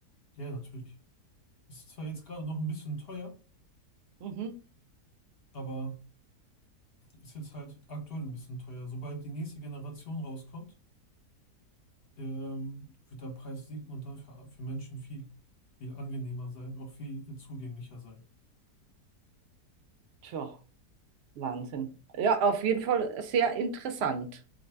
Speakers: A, on the left; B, on the right.
A: Ja, natürlich. Ist zwar jetzt gerade noch ein bisschen teuer,
B: Mhm.
A: aber ist jetzt halt aktuell ein bisschen teuer. Sobald die nächste Generation rauskommt, ähm, wird der Preis sinken und dann für, für Menschen viel, viel angenehmer sein, auch viel äh, zugänglicher sein.
B: Tja, Wahnsinn. Ja, auf jeden Fall sehr interessant.